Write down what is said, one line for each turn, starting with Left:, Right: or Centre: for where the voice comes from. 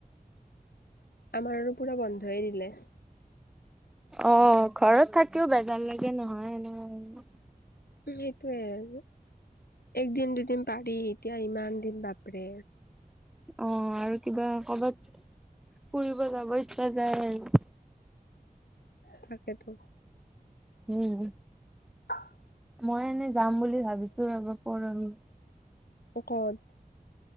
Left: আমাৰ আৰু পুৰা বন্ধই দিলে।
Centre: অ, ঘৰত থাকিও বেজাৰ লাগে নহয় এনে।
Left: সেইটোয়ে একদিন দুদিন পাৰি এতিয়া ইমান দিন বাপৰে।
Centre: অ, আৰু কিবা কৰ'বাত ফুৰিব যাব ইচ্ছা যায় আৰু।
Left: তাকেটো।
Centre: উম,
Left: অ' <inaudible>
Centre: মই এনেই যাম বুলি ভাবিছো ৰব পৰহি।
Left: কত?